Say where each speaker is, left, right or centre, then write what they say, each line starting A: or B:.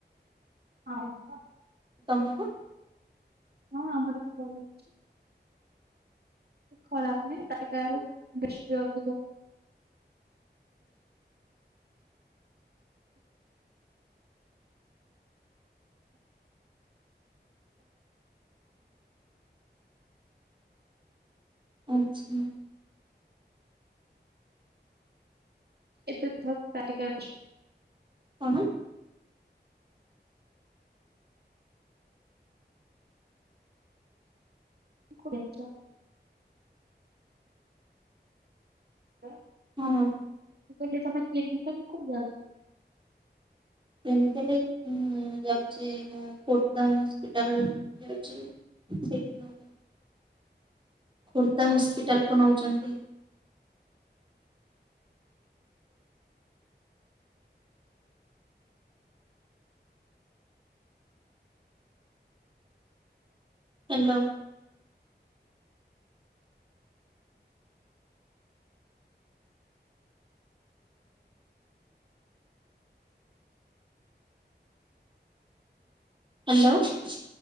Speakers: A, on the right; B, on the right.
A: ଅଁ ହଁ।
B: ତମର?
A: ହଁ ଆମର ବି ଭଲ ଅଛି। ଖରା ଦିନେ ପାଟି ଘାଆଁ ବେଶୀ ଅଧିକ ହୁଏ।
B: ଆଚ୍ଛା।
A: ଏନ୍ତ ପୁଂ ପ୍ ପାତିିକା ବିଷୁନ।
B: କଣ?
A: କୋଉଠିଁ ଅଛ? ନାଇଁମ?
B: ହଁ ହଁ।
A: ମୁଁ କହିଲି ତମ କ୍ଲିନିକି କାଲି କାହିଁ ଖୋଲିନ।
B: କ୍ଲିନିକି କୁ ଖୋଲି ଯାଉଛି ମୁଁ। ଖୋଟ ହସ୍ପିଟଲ ଯାଉଚି ସେ <unintelligible> ଖୋର୍ଦ୍ଧା ହସ୍ପିଟାଲକୁ ନଉଚନ୍ତି। ହ୍ୟାଲୋ। ହ୍ୟାଲୋ।